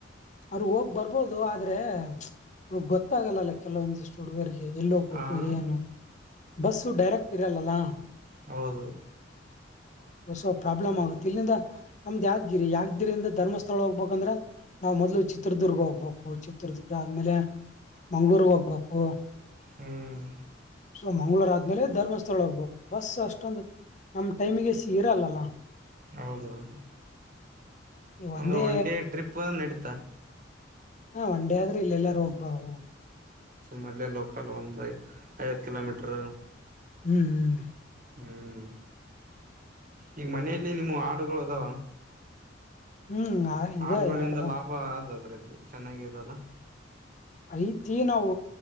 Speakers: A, on the left; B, on the right.
A: ಅವ್ರು ಹೋಗ್ ಬರ್ಬೋದು ಆದ್ರೆ ಅವ್ರ್ಗ್ ಗೊತ್ತಾಗಲ್ಲಲ್ಲ ಕೆಲವೊಂದಿಷ್ಟು ಹುಡುಗರಿಗೆ ಎಲ್ ಹೋಗ್ಬೇಕು
B: ಹ
A: ಏನು, ಬಸ್ಸು ಡೈರೆಕ್ಟ್ ಇರಲಲ್ಲಾ
B: ಹೌದು
A: ಹೊಸ ಪ್ರಾಬ್ಲಮ್ ಆಗುತ್ತೆ ಇಲ್ಲಿಂದ ನಮ್ದ್ ಯಗಿರಿ ಯಾ್ದಿರಿಂದ ಧರ್ಮಸ್ಥಳ ಹೋಗ್ಬೇಕಂದ್ರ ನಾವು ಮೊದ್ಲು ಚಿತ್ರದುರ್ಗ ಹೋಗ್ಬೇಕು ಚಿತ್ರದುರ್ಗ ಆದ್ಮೇಲೆ ಮಂಗಳೂರ್ ಹೋಗ್ಬೇಕು
B: ಹ್ಮ್
A: ಸೊ ಮಂಗ್ಳೂರ್ ಆದ್ಮೇಲೆ ಧರ್ಮಸ್ಥಳ ಹೋಗ್ಬೇಕು ಬಸ್ ಅಷ್ಟೊಂದು ನಮ್ ಟೈಮಿಗೆ ಇರಲ್ಲಲ್ಲ
B: ಹೌದೌದು
A: ಈ ಒಂದೇ
B: ಅಂದ್ರೆ ಒನ್ ಡೇ ಟ್ರಿಪ್ ನಡೀತಾ ಹ
A: ಹಾ ಒನ್ಂಡೇ ಆದ್ರೆ ಇಲ್ಲ ಎಲ್ಲ ರೋಗ ಬಹು
B: ಮ ಲೋಕ ಲ ಹಂದುಾಯ ಐವತ್ತು ಕಿಲೋಮೀಟರು
A: ಹ್ಮ್ ಹ್ಮ್
B: ಹ್ಮ್ ಈಗ ಮನೆಯಲ್ಲಿ ನಿಮ್ಮ ಹಾಡುಗಳದ
A: ಹ್ಮ್ ಹ್ಮ್
B: ಹಾಡುಗಳಿಂದ
A: ಇದ ಎರಡ್ದ
B: ಲಾಭ ಅಾದ್ರೆ ಚೆನ್ನಾಗ ಇದಲ್ಲ
A: ಐತಿ ನಾವು